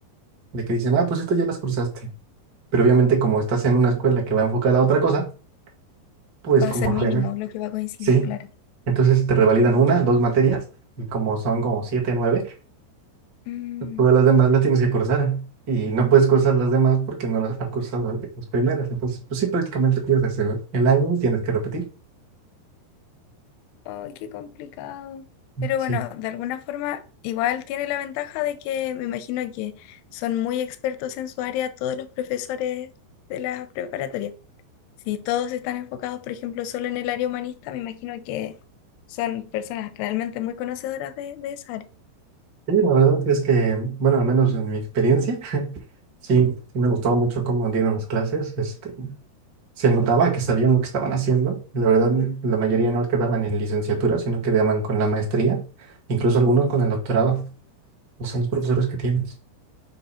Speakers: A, on the right (about 40°); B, on the left (about 80°).
A: de que dicen, ah, pues estas ya las cruzaste. Pero obviamente como estás en una escuela que va enfocada a otra cosa, pues
B: Va
A: como
B: a ser mínimo
A: que no.
B: lo que va a coincidir,
A: sí.
B: claro.
A: Entonces te revalidan una, dos materias, y como son como siete, nueve,
B: Mm,
A: todas las demás las tienes que cursar. Y no puedes cursar las demás porque no las has cursado las primeras. Entonces, pues sí, prácticamente pierdes el el año y tienes que repetir.
B: ay, qué complicado. Pero
A: Sí,
B: bueno, de alguna forma, igual tiene la ventaja de que me imagino que son muy expertos en su área todos los profesores de la preparatoria. Si todos están enfocados, por ejemplo, solo en el área humanista, me imagino que son personas realmente muy conocedoras de, de esa área.
A: sí, la verdad es que, bueno, al menos en mi experiencia, sí, sí me gustaba mucho cómo dieron las clases. Este, se notaba que sabían lo que estaban haciendo. La verdad, la mayoría no quedaban en licenciatura, sino quedaban con la maestría, incluso algunos con el doctorado. O sea, los profesores que tienes.